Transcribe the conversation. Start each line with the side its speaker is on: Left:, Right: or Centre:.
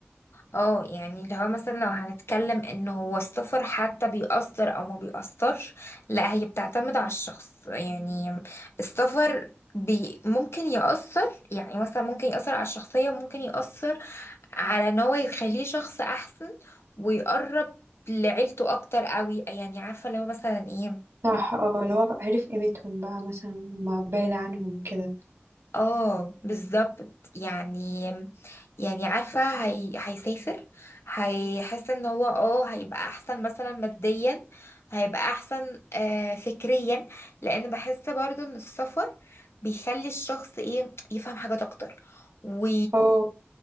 Left: اه يعني اللي هو مثلا لو هنتكلم ان هو السفر حتى بيأثر او ما بيأثرش لا هي بتعتمد على الشخص يعني السفر بي ممكن يأثر يعني مثلا ممكن يأثر على الشخصية وممكن يأثر على ان هو يخليه شخص احسن ويقرب لعيلته اكتر قوي يعني عارفة لو مثلا ايه
Right: صح اه اللي هو بقى عرف قيمتهم بقى مثلا لما بعد عنهم كده
Left: اه بالظبط يعني يعني عارفة هي... هيسافر هيحس ان هو اه هيبقى احسن مثلا ماديا هيبقى احسن آه فكريا لان بحس برضو ان السفر بيخلي الشخص ايه يفهم حاجات اكتر و
Right: اه